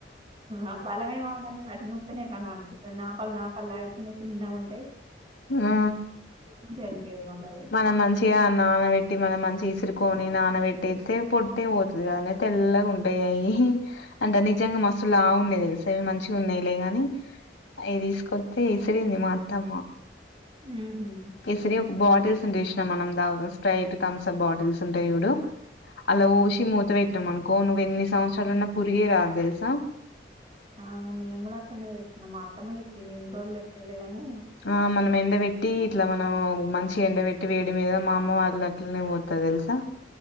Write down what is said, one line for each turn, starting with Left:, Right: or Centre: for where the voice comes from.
Right: ఆ బలమేమోగానీ వాటి నూస్తనే ఎట్లనో ఆపిత్తది నాపాలు నాపాలు లాగా చిన్న చిన్నగా ఉంటాయి
Left: ఆ
Right: మంచిగా అనిపియదు మళ్ళ అవి
Left: మనము మంచిగా నానబెట్టి మన మంచిగా ఇసురుకొని నానబెట్టెత్తే పొట్టే పోతది గదనే తెల్ల గుంటాయి అవి అంటే నిజంగా మస్తు లావు ఉన్నాయి దెలుసా మంచిగా ఉన్నాయిలేగాని అయి తీసుకో స్తే ఇసిరింది మా అత్తమ్మ
Right: ఉహు
Left: ఈ సరి ఒక బాటిల్స్ ఉంటే ఏసినం మనం తాగు స్ప్రైట్ తమ్సప్ బాటిల్స్ ఉంటాయి జూడు అలా వోసి మూత పెట్టాం అనుకో నువ్వు ఎన్ని సంవత్సరాలున్నా పురుగె రాదు తేలుసా
Right: అవునా మేము గూడా అట్లనే జేస్తున్నాం మా అత్తమ్మ జెప్పింది ఎన్ని రోజులు గాని
Left: ఆ మనం ఎండబెట్టి ఇట్లా మనం మంచిగ ఎండబెట్టి వేడి మీద మా అమ్మ వాళ్ళు అట్లనే పొత్తారు తేలుసా